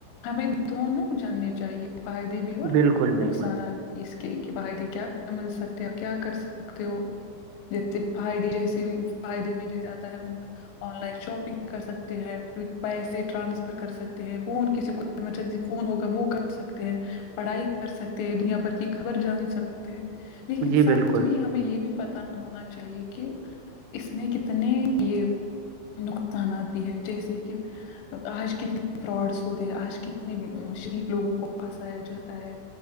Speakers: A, on the left; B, on the right.
A: ہمیں دونوں جاننے چاہیے فائدے بھی اور
B: بالکل بالکل
A: نقصانات اس کے فائدے کیا مل سکتے ہو کیا کر سکتے ہو <unintelligible> آن لائن شاپنگ کر سکتے ہیں پیسے ٹرانسفر کر سکتے ہیں فون کسی کو ایمرجنسی فون ہوگا وہ کر سکتے ہیں پڑھائی کر سکتے ہیں دنیا بھر کی خبر جان سکتے لیکن
B: جی بالکل
A: ساتھ میں ہمیں یہ بھی پتہ ہونا چاہیے کہ اس میں کتنے یہ نقصانات بھی ہے جیسے کہ آج کتنے فراڈس ہوتے ہیں آج کتنے شریف لوگوں کو پھنسایا جاتا ہے